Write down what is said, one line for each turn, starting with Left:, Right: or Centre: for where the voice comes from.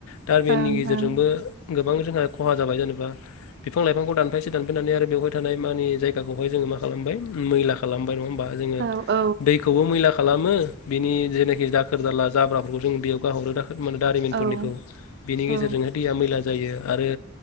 Left: टाबिननि
Right: ओं
Left: गेजेरजोंबो
Right: ओं
Left: गोबां जोंहा खहा जाबाय जेनेबा बिफां लाइफांखौ दानफायसे दानफायनानै आरो बेवहाय थानाय मानि जाय बिखौहाय जोंङो मा खालामबाय मैला खालामबाय नङा होमबा जोंङो
Right: औ औ
Left: दैखौबो मैला खालामो बिनि जेनाखि दाखोर दाला जाब्राफोरखौ जों बेयाव गाहरोना दारिमिनफोरनिखौ
Right: औ
Left: बिनि
Right: औ
Left: गेजेरजोंहाय दैया मैला जायो आरो